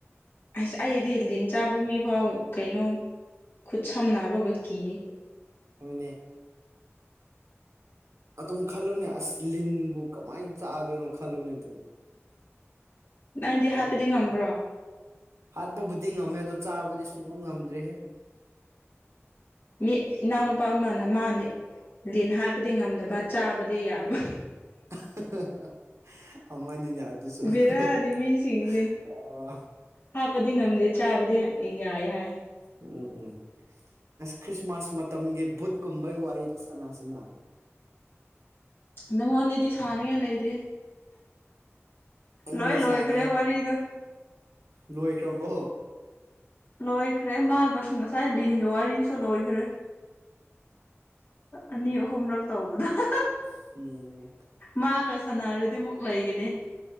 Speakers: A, on the left; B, on the right.
A: ꯑꯁ ꯑꯩꯗꯤ ꯂꯤꯟ ꯆꯥꯕ ꯃꯤꯐꯥꯎ ꯀꯩꯅꯣ ꯈꯨꯠ ꯁꯝꯅꯕꯒ ꯀꯤꯌꯦ
B: ꯍꯣꯏꯅꯦ ꯑꯗꯨꯝ ꯈꯜꯂꯣꯅꯦ ꯑꯁ ꯂꯤꯟꯕꯨ ꯀꯃꯥꯏꯅ ꯆꯥꯗꯣꯏꯅꯣ ꯈꯜꯂꯣꯅꯦ ꯑꯗꯨꯝ
A: ꯅꯪꯗꯤ
B: ꯍꯩꯅꯗꯦ
A: ꯍꯥꯠꯄꯗꯤ ꯉꯝꯕ꯭ꯔꯣ
B: ꯍꯥꯠꯄꯕꯨꯗꯤ ꯉꯝꯃꯦ ꯑꯗꯣ ꯆꯥꯕꯗꯤ ꯁꯨꯡꯉꯝ ꯉꯝꯗ꯭ꯔꯦꯍꯦ
A: ꯃꯤ ꯏꯅꯥꯎꯅꯨꯄꯥ ꯑꯃꯅ ꯃꯥꯅ ꯂꯤꯟ ꯍꯥꯠꯄꯗꯤ ꯉꯝꯗꯕ ꯆꯥꯕꯗꯤ ꯌꯥꯕ
B: <unintelligible> ꯑꯝꯃꯅꯤꯅꯦ ꯑꯗꯨꯨꯁꯨ <unintelligible>
A: ꯕꯦꯔꯥꯅꯤ ꯃꯤꯁꯤꯡꯁꯦ
B: ꯑꯥ
A: ꯍꯥꯞꯄꯗꯤ ꯉꯝꯗꯦ ꯆꯥꯕꯗꯤ ꯍꯩ ꯌꯥꯏ ꯍꯥꯏ
B: ꯎꯝ ꯎꯝ ꯑꯁ ꯈ꯭ꯔꯤꯁꯃꯥꯁ ꯃꯇꯝꯒꯤ ꯕꯨꯠꯀꯨꯝꯕꯒꯤ ꯋꯥꯔꯤꯗꯣ ꯁꯥꯟꯅꯁꯦꯅ
A: ꯅꯪꯉꯣꯟꯗꯗꯤ ꯁꯥꯅꯤꯡꯉꯥꯏ ꯂꯩꯇꯦ
B: ꯑꯩꯉꯣꯟꯗ
A: ꯂꯣꯏ ꯂꯣꯏꯈ꯭ꯔꯦ
B: ꯁꯥꯅꯤꯡꯉꯥꯏ ꯂꯩ
A: ꯋꯥꯔꯤꯗꯣ
B: ꯂꯣꯏꯈ꯭ꯔꯕꯣ
A: ꯂꯣꯏꯈ꯭ꯔꯦ ꯃꯥꯒ ꯉꯁꯥꯏ ꯂꯤꯟꯒꯤ ꯋꯥꯔꯤꯁꯨ ꯂꯣꯏꯈ꯭ꯔꯦ ꯑꯅꯤ ꯑꯍꯨꯝꯔꯛ ꯇꯧꯕꯗ <unintelligible>
B: ꯑꯁ ꯎꯝ
A: ꯃꯥꯒ ꯁꯥꯟꯅꯔꯗꯤ ꯑꯃꯨꯛ ꯂꯩꯒꯅꯤ